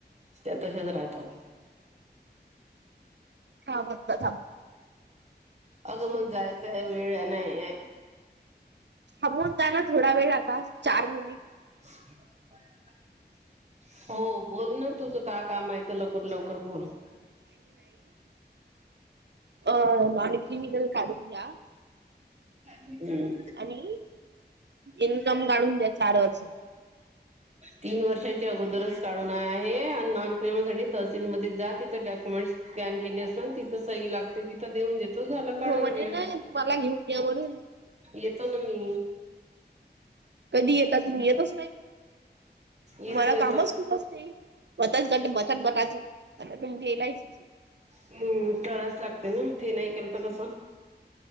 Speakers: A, on the right; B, on the right.
A: त्या तश्याच राहतात.
B: थांब आत्ता थांब
A: अगं मगं जायचा वेळ नाहीये.
B: थांबवून जाना थोडा वेळ आता. चार मिनिट
A: <inaudible> हो. बोल ना तुझं काय काम आहे ते लवकर लवकर बोल.
B: अं, आम्ही क्रिमिनल काढूच्या
A: हम्म
B: आणि इन्कम काढून द्या चार वर्ष
A: तीन वर्षा चे अगोदरच काढून आहे आणि नॉन क्रिमिनल साठी तहसील मध्ये जा, तिथं डॉक्युमेंट्स स्कॅन केले असून तिथं सही लागते. तिथं देऊन देत तो झाला
B: पण
A: काढून
B: तो म्हणे
A: घे.
B: ना तुम्हाला घेऊन या म्हणून
A: येतो ना मी
B: कधी येता तुम्ही? येतच नाही.
A: येतो
B: मला
A: येतो
B: कामच खूप असते. बचत गट, बचत गटाचेे, एल आय सी
A: हम्म. करायच लागते ना, ते नाय केलं तर कसं?